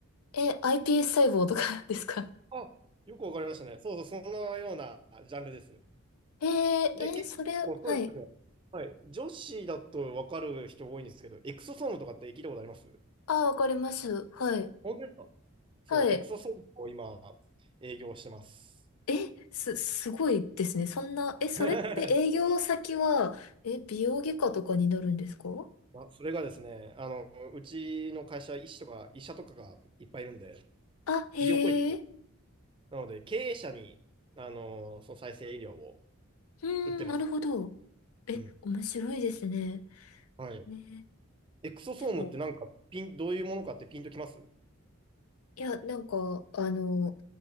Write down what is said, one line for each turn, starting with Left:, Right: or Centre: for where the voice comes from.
Left: え、iPS 細胞とかですか
Right: あよくわかりましたね。そうそう、そのようなジャンルです。
Left: えー、
Right: で、
Left: え、
Right: 結構そうなんですよ。
Left: それ、はい。
Right: はい。女子だとわかる人多いんですけど、エクソソームとかって聞いたことあります
Left: ああ、わかります。はい。
Right: 本当ですかそう、
Left: はい。
Right: エクソソームを今営業してます。
Left: え、す、すごいですね。そんな、え、それって営業先は、
Right: <laughs>
Left: え、美容外科とかになるんですか
Right: あ、それがですね、あの、うちの会社、医師とか医者とかがいっぱいいるんで、
Left: あ、へ
Right: 医療行為
Left: え。
Right: なので、経営者に、あのーその再生医療を
Left: うーん、
Right: 売ってます。
Left: なるほど。え、
Right: うん。
Left: 面白いですね。
Right: はい。
Left: ね。
Right: エクソソームってなんか、
Left: でも、
Right: ピン、どういうものかってピンときます
Left: いや、なんか、あの、